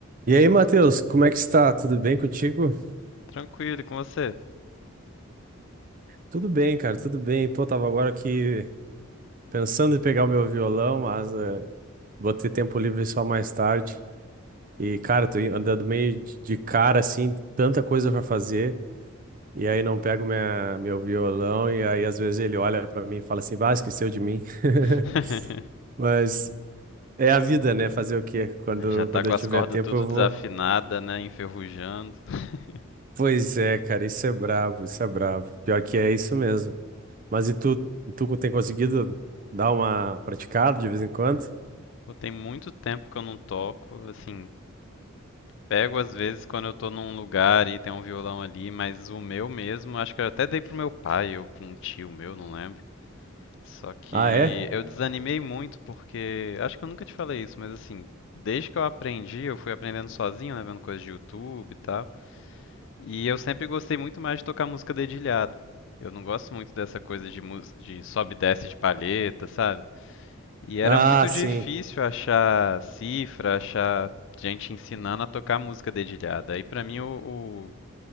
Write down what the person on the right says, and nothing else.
E aí, Matheus, como é que está? Tudo bem contigo?
Tudo bem, cara, tudo bem. Pô, tava agora aqui pensando em pegar o meu violão, mas eh, vou ter tempo livre só mais tarde. E, cara, tô andando meio de de cara, assim, tanta coisa pra fazer, e aí não pego minha, meu violão, e aí às vezes ele olha pra mim e fala assim, bah, esqueceu de mim. <laughs>
Mas é a vida, né? Fazer o quê? Quando,
quando
eu
tiver
tempo,
eu vou.
Pois é, cara, isso é brabo, isso é brabo. Pior que é isso mesmo. Mas e tu, tu tem conseguido dar uma praticada de vez em quando?
Ah, é?
Ah,
sim.